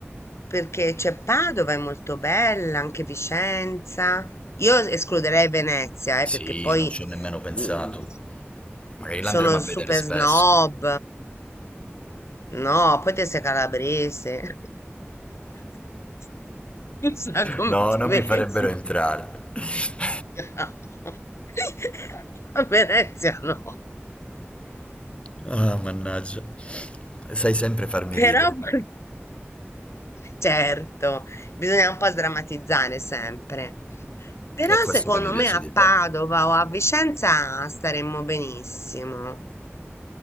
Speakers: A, on the left; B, on the left.
A: Perché c'è Padova, è molto bella, anche Vicenza. Io escluderei Venezia,
B: Sì,
A: eh, perché poi
B: non ci ho nemmeno pensato.
A: mm,
B: Magari l'andremo
A: sono
B: a
A: super
B: vedere spesso.
A: snob. No, poi te sei calabrese. <laughs> Chissà come
B: No,
A: ti
B: non
A: vedi.
B: mi farebbero entrare. <laughs>
A: <laughs> A Venezia no.
B: Ah, mannaggia. Sai sempre farmi
A: Però,
B: ridere.
A: <laughs> certo, bisogna un po' sdrammatizzare sempre. Però
B: È questo
A: secondo
B: che mi piace
A: me a
B: di te.
A: Padova o a Vicenza staremmo benissimo.